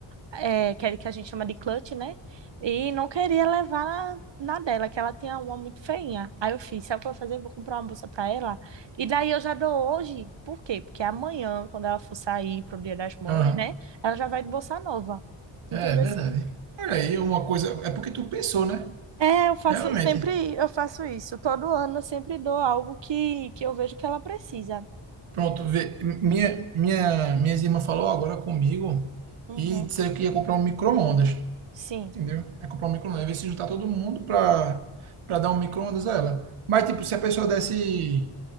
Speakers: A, on the right (about 60°); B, on the right (about 80°).
A: é, que, é- que a gente chama de clutch, né? E não queria levar na dela, que ela tinha uma muito feinha. Aí eu fiz, sabe o que eu vou fazer? Vou comprar uma bolsa para ela. E daí eu já dou hoje. Por quê? Porque amanhã, quando ela for sair pro Dia das Mães,
B: Aham.
A: né? Ela já vai de bolsa nova.
B: É,
A: Entendeu?
B: é verdade.
A: assim?
B: Olha aí, uma coisa. É porque tu pensou, né?
A: É, eu faço
B: Realmente.
A: sempre, eu faço isso. Todo ano eu sempre dou algo que, que eu vejo que ela precisa.
B: Pronto, vê, minha, minha, minhas irmãs falou agora comigo
A: Uhum.
B: e disseram que ia comprar um micro-ondas,
A: Sim,
B: entendeu? É comprar um micro-ondas, ver se juntar todo mundo para para dar um micro-ondas a ela. Mas, tipo, se a pessoa desse,